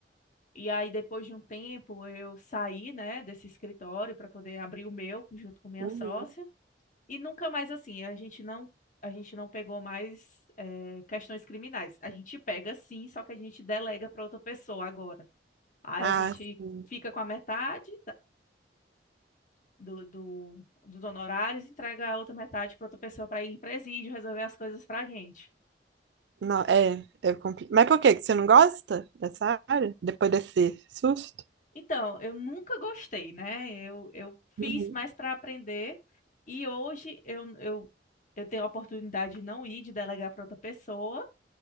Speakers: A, on the left; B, on the right.
A: e aí depois de um tempo eu saí, né, desse escritório para poder abrir o meu junto com minha
B: Uhum.
A: sócia, e nunca mais assim, a gente não a gente não pegou mais eh, questões criminais. A gente pega sim, só que a gente delega para outra pessoa agora. Aí
B: Ah,
A: a gente
B: sim.
A: fica com a metade do, do- dos honorários, entrega a outra metade para outra pessoa para ir em presídio, resolver as coisas para a gente.
B: Não, é, é compli... Mas por que Que você não gosta dessa área? Depois desse susto?
A: Então, eu nunca gostei, né? Eu, eu fiz
B: Uhum.
A: mais para aprender e hoje eu, eu, eu tenho a oportunidade de não ir, de delegar para outra pessoa